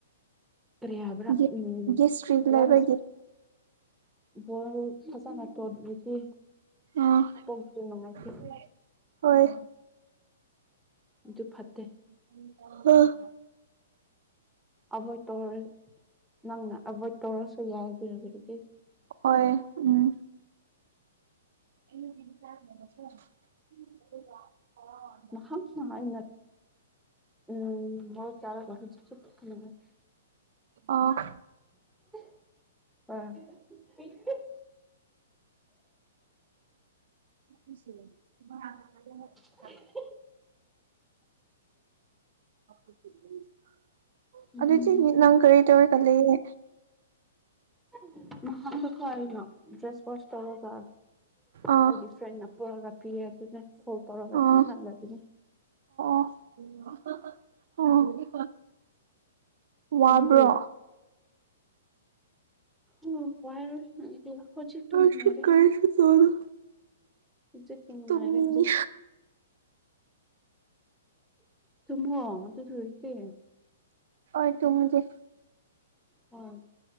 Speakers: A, in the centre; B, on the right.
A: ꯀꯔꯤ ꯍꯥꯏꯕ꯭ꯔꯥ
B: ꯒꯦ
A: ꯎꯝ
B: ꯒꯦꯁꯇ꯭ꯔꯤꯠ ꯂꯩꯕꯒꯤ
A: ꯌꯥꯝꯅ ꯕꯣꯏꯜ ꯐꯖꯅ ꯇꯧꯗ꯭ꯔꯗꯤ
B: <unintelligible>
A: ꯄꯣꯛꯇꯨ ꯅꯨꯡꯉꯥꯏꯇꯦ
B: ꯍꯣꯏ
A: ꯑꯗꯨ ꯐꯠꯇꯦ
B: <unintelligible>
A: ꯑꯚꯣꯏꯠ ꯇꯧꯔꯣꯏ ꯅꯪꯅ ꯑꯚꯣꯏꯠ ꯇꯧꯔꯁꯨ ꯌꯥꯏ ꯑꯗꯨꯅꯒꯤꯒꯤꯗꯤ
B: ꯍꯣꯏ ꯎꯝ <unintelligible>
A: <unintelligible> ꯎꯝ ꯃꯣꯔꯣꯛ ꯆꯥꯔꯒ ꯍꯧꯖꯤꯛꯁꯨ ꯄꯨꯛ ꯅꯨꯡꯉꯥꯏ
B: ꯑꯥ
A: <unintelligible>
B: <unintelligible>
A: <unintelligible>
B: <unintelligible>
A: ꯎꯝ
B: ꯑꯗꯨꯗꯤ ꯅꯦ ꯅꯪ ꯀꯔꯤ ꯇꯧꯔꯒ ꯂꯩꯌꯦ
A: <unintelligible>
B: ꯑꯥ
A: ꯑꯩꯒꯤ ꯐ꯭ꯔꯦꯟꯅ ꯄꯣꯔꯒ ꯄꯤꯔꯗꯤꯅꯦ ꯐꯣꯜ ꯇꯧꯔꯒ ꯑꯗꯨꯝ
B: ꯑꯥ
A: ꯅꯠꯅꯕꯤꯅꯦ
B: <unintelligible> ꯋꯥꯕ꯭ꯔꯣ
A: ꯅꯪꯗꯤ ꯎꯝ ꯋꯥꯏꯌꯦ ꯅꯪꯗꯤ ꯍꯧꯖꯤꯛꯇꯨ
B: ꯑꯩꯁꯨ
A: ꯅꯨꯡꯉꯥꯏꯔꯦ
B: ꯀꯔꯤꯁꯨ ꯇꯧꯗꯦ
A: ꯍꯧꯖꯤꯛꯇꯤ ꯅꯨꯡꯉꯥꯏꯔꯦ
B: ꯇꯨꯝꯅꯤꯡꯉꯤ
A: ꯗꯤ ꯇꯨꯝꯃꯣ ꯑꯗꯨ ꯂꯣꯏꯔꯗꯤ
B: ꯍꯣꯏ ꯇꯨꯝꯒꯦ
A: ꯍꯣꯏ